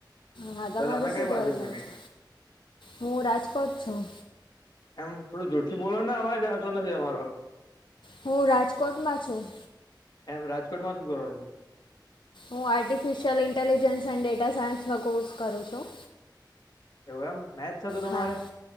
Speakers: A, on the left; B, on the left.
A: હા તમારું
B: તો તમે
A: શું
B: કઈ
A: કેવું
B: બાજુ છો
A: છે હું રાજકોટ છું.
B: એમ થોડું જોૂર થી બોલો ને અવાજ આવતો નથી તમારો
A: હું રાજકોટમાં છું.
B: એમ રાજકોટમાં શું કરો છો?
A: હું આર્ટિફિશિયલ ઇન્ટેલિજન્સ એન્ડ ડેટા સાયન્સનો કોર્સ કરું છું.
B: એવું એમ મેથસ હતું તમારે
A: હા